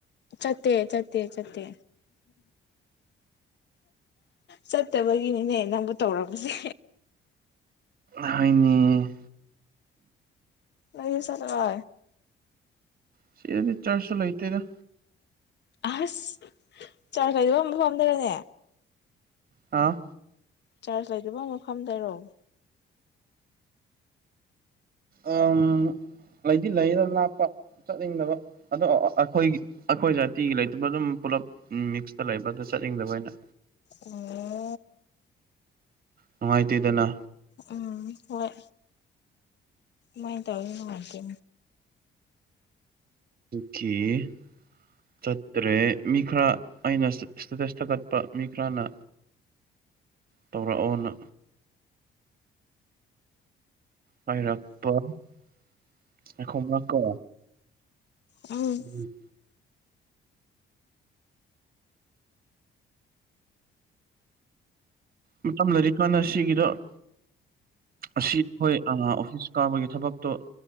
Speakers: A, on the left; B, on the right.
A: ꯆꯠꯇꯦ ꯆꯠꯇꯦ ꯆꯠꯇꯦ ꯆꯠꯇꯕꯒꯤꯅꯤꯅꯦ ꯅꯪꯕꯨ ꯇꯧꯔꯛꯄꯁꯦ
B: ꯍꯥꯏꯅꯤ
A: ꯂꯩꯁꯔ ꯍ
B: ꯁꯤꯗꯤ ꯆꯔꯁꯨ ꯂꯣꯏꯇꯦꯗ
A: ꯑꯁ ꯆꯥꯎꯔꯈꯩꯗꯨꯝꯕ ꯐꯝꯗꯕꯅꯦ
B: ꯑꯥ
A: ꯆꯥꯔꯖ ꯂꯩꯇꯕ ꯃꯐꯝꯗꯔꯣ
B: ꯎꯝ ꯂꯩꯗꯤ ꯂꯩꯌꯦꯗ ꯂꯥꯞꯄ ꯆꯠꯅꯤꯡꯗꯕ ꯑꯗꯣ ꯑꯩꯈꯣꯏꯒꯤ ꯑꯩꯈꯣꯏ ꯖꯥꯇꯤꯒꯤ ꯂꯩꯇꯕ ꯑꯗꯨꯝ ꯄꯨꯂꯞ ꯃꯤꯛꯁꯇ ꯂꯩꯕꯗ ꯆꯠꯅꯤꯡꯗꯕ ꯑꯣꯏꯅ
A: ꯎꯝ
B: ꯅꯨꯡꯉꯥꯏꯇꯦꯗꯅ
A: ꯎꯝ ꯍꯣꯏ ꯃꯥꯏ ꯇꯧꯉꯇ
B: ꯀꯦ ꯆꯠꯇ꯭ꯔꯦ ꯃꯤ ꯈꯔ ꯑꯩꯅ ꯏꯁꯇꯦꯇꯦꯁ ꯊꯥꯒꯠꯄ ꯃꯤ ꯈꯔꯅ ꯇꯧꯔꯛꯑꯣꯅ ꯍꯥꯏꯔꯛꯄ ꯑꯩꯈꯣꯃꯥ ꯀꯣ
A: ꯎꯝ
B: ꯎꯝ ꯃꯇꯝ ꯂꯩꯔꯤꯀꯥꯟꯅ ꯁꯤꯒꯤꯗꯣ ꯑꯁꯤ ꯑꯩꯈꯣꯏ ꯑꯥ ꯑꯣꯐꯤꯁ ꯀꯥꯕꯒꯤ ꯊꯕꯛꯇꯣ